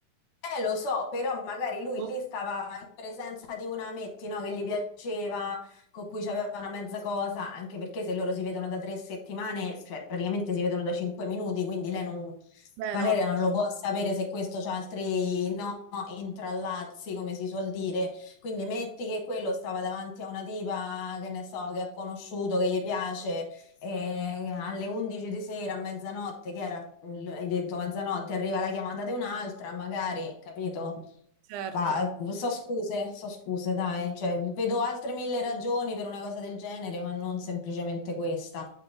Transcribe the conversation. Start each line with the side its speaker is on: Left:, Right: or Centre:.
Left: Eh, lo so, però magari lui
Right: Boh.
Left: lì stava in presenza di una Metti, no, che gli piaceva, con cui c'aveva una mezza cosa, anche perché se loro si vedono da tre settimane, cioè praticamente si vedono da cinque minuti, quindi lei non,
Right: Beh,
Left: Valeria
Right: no,
Left: non lo può sapere se questo c'ha altri, no, intrallazzi, come si suol dire. Quindi metti che quello stava davanti a una tipa, che ne so, che ha conosciuto, che gli piace, e alle 11 di sera, a mezzanotte, che era, Mm, hai detto mezzanotte, arriva la chiamata di un'altra, magari, capito?
Right: certo.
Left: Ma eh, so scuse, so scuse, dai, cioè, vedo altre mille ragioni per una cosa del genere, ma non semplicemente questa.